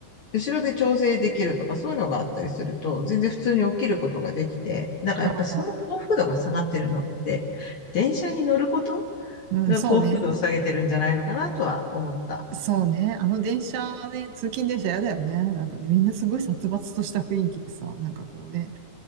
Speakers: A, on the left; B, on the right.
A: 後ろで調整できるとか、そういうのがあったりすると、全然普通に起きることができて、なんかやっぱその幸福度が下がってるのって、
B: ああ、
A: 電車に乗ること
B: うん、
A: が幸福度を下げてるんじゃないのかなとは思った。
B: そうね。そうね。あの電車ね、通勤電車やだよね。なんかね、みんなすごい殺伐とした雰囲気でさ、なんかこうね、